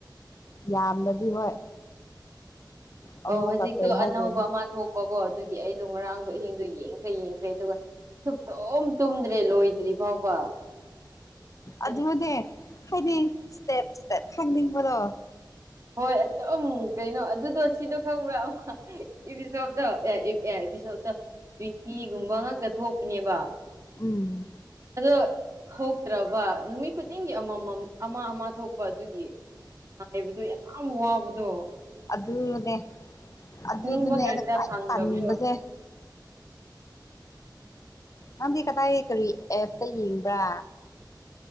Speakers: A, on the left; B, on the right.
A: ꯌꯥꯝꯂꯗꯤ ꯍꯣꯏ ꯑꯃꯨꯛꯀ
B: ꯑꯣ ꯍꯧꯖꯤꯛꯇꯣ
A: ꯀꯩ ꯍꯥꯏꯗꯣꯏꯅꯣ
B: ꯑꯅꯧꯕ ꯑꯃ ꯊꯣꯛ ꯄꯀꯣ ꯑꯗꯨꯒꯤ ꯑꯩꯗꯣ ꯉꯔꯥꯡꯗꯣ ꯑꯍꯤꯡꯗꯣ ꯌꯦꯡꯈ꯭ꯔꯦ ꯌꯦꯡꯈ꯭ꯔꯦ ꯑꯗꯨꯒ ꯁꯨꯛꯇꯨꯝ ꯇꯨꯝꯗ꯭ꯔꯦ ꯂꯣꯏꯗ꯭ꯔꯤ ꯐꯥꯎꯕ
A: ꯑꯗꯨꯅꯦ
B: ꯑꯦ,
A: ꯍꯥꯏꯗꯤ ꯁ꯭ꯇꯦꯞ ꯁ꯭ꯇꯦꯞ ꯈꯪꯅꯤꯡꯕꯗꯣ
B: ꯍꯣꯏ ꯑꯗꯨꯝ ꯀꯩꯅꯣ ꯑꯗꯨꯗꯣ ꯁꯤꯗꯣ ꯈꯪꯕ꯭ꯔ ꯏꯄꯤꯁꯣꯞꯇꯣ ꯏꯄꯤꯁꯣꯠꯇꯣ ꯇ꯭ꯋꯦꯟꯇꯤꯒꯨꯝꯕ ꯉꯥꯛꯇ ꯊꯣꯛꯄꯅꯦꯕ
A: ꯎꯝ
B: ꯑꯗꯣ ꯊꯣꯛꯇ꯭ꯔꯕ ꯅꯨꯃꯤꯠ ꯈꯨꯗꯤꯡꯒꯤ ꯑꯃꯃꯝ ꯑꯃ ꯑꯃ ꯊꯣꯛꯄ ꯑꯗꯨꯒꯤ ꯉꯥꯏꯕꯗꯣ ꯌꯥꯝ ꯋꯥꯕꯗꯣ
A: ꯗꯨ ꯅꯦ ꯑꯗꯨ
B: ꯅꯤꯡꯕ
A: ꯗꯨꯅꯦ
B: ꯀꯥꯟꯗ
A: ꯑꯩꯅ ꯈ꯭ꯋꯥꯏ
B: ꯐꯪꯗꯕꯗꯣ
A: ꯇꯟꯕꯖꯦ ꯅꯪꯗꯤ ꯀꯗꯥꯏ ꯀꯔꯤ ꯑꯦꯞ ꯌꯦꯡꯕ꯭ꯔꯥ